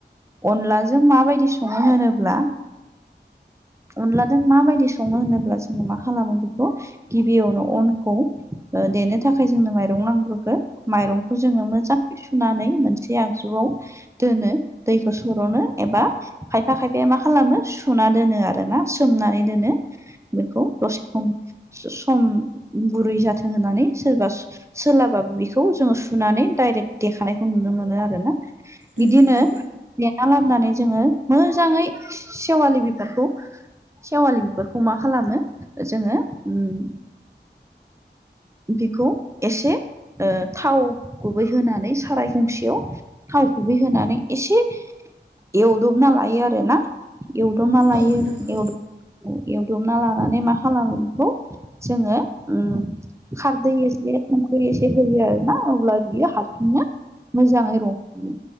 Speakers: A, on the right; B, on the left.
A: अनलाजों माबायदि संनो होनोब्ला अनलादों माबायदि सङो होनोब्ला जोङो मा खालामो बेखौ गिबियावनो अनखौ ओ देनो थाखाय जोंनो माइरं नांग्रोगो माइरंखौ जोङो मोजां सुनानै मोनसे आगजुआव दोनो दैखौ सर'नो एबा खायफा खायफाया मा खालामो सुना दोनो आरोना सोमनानै दोनो। बेखौ दसे सम सम गुरै जाथों होननानै सोरबा। सोलाबाबा बेखौ जोङो सुनानै दडायरेक्ट देखानायखौ नुनो मोनो आरो ना।
B: उम
A: बिदिनो
B: उम
A: देना लाबोनानै जोङो मोजाङै सेवालि बिबारखौ सेवालि बेफोरखौ मा खालामो जोङो ओम बिखौ एसे ओ थाव गुबै होनानै साराय गंसेयाव थाव गुबै होनानै एसे एवदबना लायो आरो ना। एवदबना लायो
B: औ नंगौ
A: एवदब एवदबना लानानै मा खालामो बेखौ जोङो ओम खारदै एसे संख्रि एसे होयो आरोना अब्ला बियो हारसिंनो मोजाङै रंबहोयो